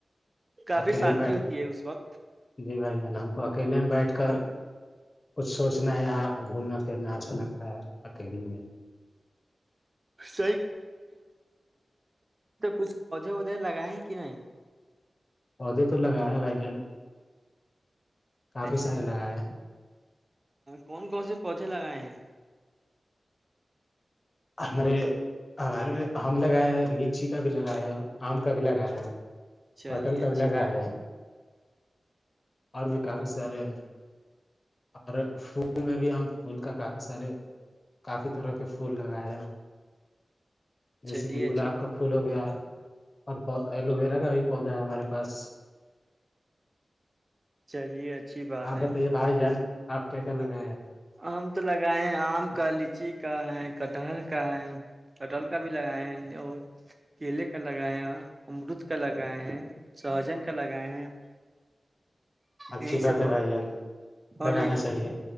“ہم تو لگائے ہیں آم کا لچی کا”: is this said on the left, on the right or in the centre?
Right